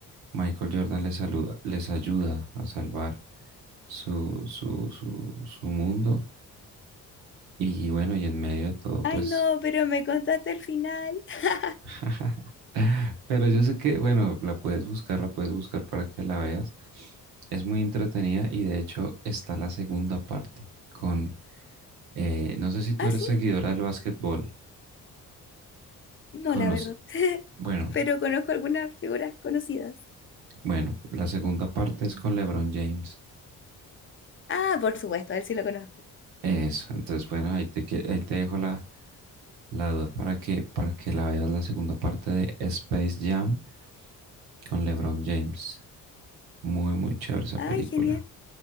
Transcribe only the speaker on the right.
Michael Jordan les, saluda, les ayuda a salvar su, su, su, su mundo. Y bueno, y en medio de todo,
pues...
<laughs> Pero yo sé que, bueno, la puedes buscar, la puedes buscar para que la veas. Es muy entretenida y de hecho está la segunda parte con... eh, no sé si tú
eres
seguidora del básquetbol.
Conoce.
Bueno,
bueno, la segunda parte es con LeBron James.
Eso, entonces bueno, ahí te, que- ahí te dejo la, la duda para que, para que la veas la segunda parte de Space Jam con LeBron James. Muy, muy chévere esa
película.